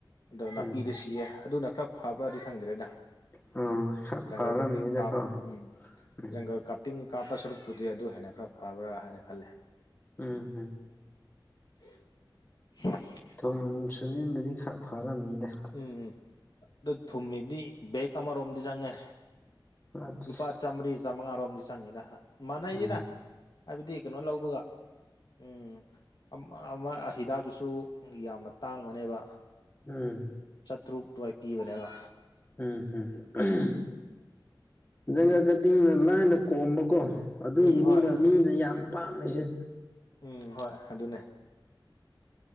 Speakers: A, on the left; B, on the left.
A: ꯑꯗꯣ ꯅꯥꯄꯤꯗ
B: ꯎꯝ
A: ꯁꯤꯌꯦ ꯑꯗꯨꯅ ꯈꯔ ꯐꯕ꯭ꯔꯗꯤ ꯈꯪꯗ꯭ꯔꯦꯗ
B: ꯎꯝ ꯈꯔ
A: ꯖꯥꯡꯒꯜ
B: ꯐꯔꯝꯅꯤꯗꯀꯣ
A: ꯀꯠꯇꯤꯡ ꯀꯥꯞ ꯎꯝ
B: ꯎꯝ
A: ꯖꯥꯡꯒꯜ ꯀꯞꯇꯤꯡ ꯀꯥꯞꯄ ꯁꯔꯨꯛꯄꯨꯗꯤ ꯑꯗꯨ ꯍꯦꯟꯅ ꯈꯔ ꯐꯕ꯭ꯔꯥ ꯍꯥꯏꯅ ꯈꯜꯂꯦ
B: ꯎꯝ ꯍꯝ
A: <unintelligible>
B: ꯊꯨꯝ ꯁꯨꯖꯤꯟꯕꯗꯤ ꯈꯔ ꯐꯔꯝꯅꯤꯗ
A: ꯎꯝ ꯑꯗꯨ ꯊꯨꯝꯍꯤꯗꯤ ꯕꯦꯛ ꯑꯃꯔꯣꯝꯗꯤ ꯆꯪꯉꯦ
B: ꯑꯁ
A: ꯂꯨꯄꯥ ꯆꯥꯝꯃꯔꯤ ꯆꯥꯝꯃꯉꯥꯔꯣꯝꯗꯤ ꯆꯪꯉꯤꯗ ꯃꯥꯟꯅꯩꯗ
B: ꯎꯝ
A: ꯍꯥꯏꯕꯗꯤ ꯀꯩꯅꯣ ꯂꯧꯕꯒ ꯎꯝ ꯑꯃ ꯑꯃꯥ ꯍꯤꯗꯥꯛꯇꯨꯁꯨ ꯌꯥꯝꯅ ꯇꯥꯡꯕꯅꯦꯕ
B: ꯎꯝ
A: ꯆꯥꯇ꯭ꯔꯨꯛ ꯑꯗꯨꯋꯥꯏ ꯄꯤꯕꯅꯦꯕ
B: ꯎꯝ ꯍꯝ ꯖꯪꯒꯜ ꯀꯇꯤꯡꯅ ꯂꯥꯏꯅ ꯀꯣꯝꯕꯀꯣ ꯑꯗꯨꯒꯤꯅꯦꯕ
A: ꯎꯝ ꯍꯣꯏ
B: ꯃꯤꯅ ꯌꯥꯝ ꯄꯥꯝꯃꯤꯁꯦ
A: ꯎꯝ ꯍꯣꯏ ꯑꯗꯨꯅꯦ